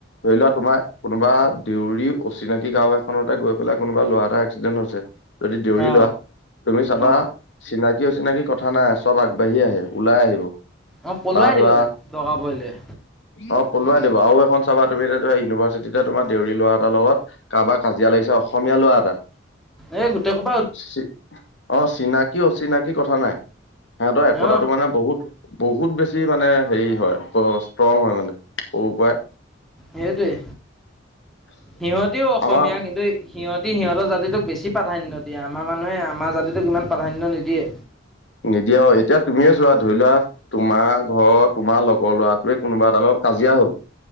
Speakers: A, on the left; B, in the centre.
A: ধৰি লোৱা তোমাৰ কোনোবা দেউৰী অচিনাকি গাঁও এখনতে গৈ পেলাই কোনোবা ল'ৰা এটা এক্সিডেণ্ট হৈছে। যদি দেউৰি
B: অ
A: ল'ৰা তুমি চাবা
B: অ
A: চিনাকি অচিনাকি কথা নাই চব আগবাঢ়ি আহে ওলাই আহিব।
B: অ' পলুৱাই
A: বা ধৰা
B: দিব তাক দৰকাৰ পৰিলে।
A: অ' পলুৱাই দিব আৰু এখন চাবা তুমি এতিয় ধৰা ইউনিভাৰ্চিটিতে তোমাৰ দেউৰী লৰা এটাৰ লগত কাৰোবাৰ কাজিয়া লাগিছে অসমীয়া ল'ৰা এটা
B: এ গোটেই সোপ
A: চি অ' চিনাকি অচিনাকি কথা নাই সিহঁতৰ একতাটো
B: অ
A: মানে বহুত। বহুত বেছি মানে হেৰি হয় ষ্ট্ৰং হয় মানে সৰু পৰাই।
B: সেইটোয়ে, সিহটিও অসমীয়া
A: আমাৰ
B: কিন্তু সিহঁতি সিহঁতৰ জাতিটোক বেছি প্ৰাধান্য দিয়ে, আমাৰ মানুহে আমাৰ জাতিটোক ইমান প্ৰাধান্য নিদিয়ে।
A: নিদিয়ে অ', এতিয়া তুমিয়ে চোৱা ধৰি লোৱা তোমাৰ ঘৰ তোমাৰ লগ গৰ ল'ৰাটোৱে কোনোবা এটাৰ লগত কাজিয়া হ'ল।